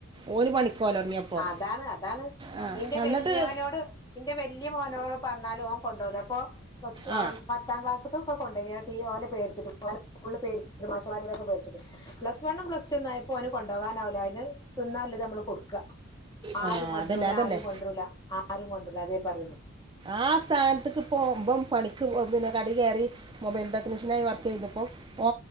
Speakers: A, on the right; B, on the left.
A: ഓന് പണിക്കോല തുടങ്ങിയപ്പോൾ
B: അതാണ് അതാണ്
A: ആ
B: ഇന്റെ
A: എന്നിട്ട്
B: വല്യോനോട് ഇന്റെ വലിയ മോനോട് പറഞ്ഞാലും ഓൻ കൊണ്ടോവൂല അപ്പൊ പ്ലസ് റ്റു
A: ആ
B: പത്താം ക്ലാസ്ക്കൊക്കെ കൊണ്ടയ്യാട്ട് ഈ ഓനെ പേട്ച്ചിട്ടും ഓനെ സ്കൂൾ പേടിച്ചിട്ടും മാഷമ്മാര്യരൊക്കെ പേടിച്ചിട്ടും പ്ലസ് വണ്ണും പ്ലസ് ടു എന്നയപ്പോൾ ഓൻ കൊണ്ടോവാനാവൂല അതിന് തിന്നൽത് നമ്മൾ കൊടുക്ക
A: ആ
B: ആരും കൊണ്ടരൂല
A: അതന്നെ അതന്നെ
B: ആരും കൊണ്ടരൂല ആരും കൊണ്ടുവൂല അതേ പറയുള്ളൂ
A: ആഹ് സ്ഥാനത്ത്ക്ക് പ്പം ബ്ബം പണിക്ക് പിന്നെ കടി കയറി മൊബൈൽ ടെക്നീഷ്യനായി വർക്ക് ചെയ്തപ്പോ ഓ